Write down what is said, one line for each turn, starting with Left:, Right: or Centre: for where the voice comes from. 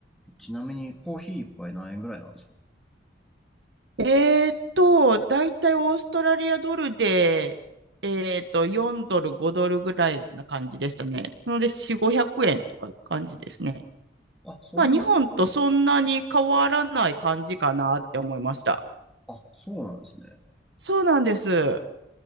Centre: え。ちなみにコーヒー一杯何円ぐらいなんですか
Right: えーっと、だいたいオーストラリアドルで、えーっと、4ドル、5ドルぐらいな感じでしたね。なので、4、500円とか感じですね。
Centre: あ、そんなに日本とか。
Right: まあ、日本とそんなに変わらない感じかなって思いました。
Centre: あ、そうなんですね。
Right: そうなんです。
Centre: へえ。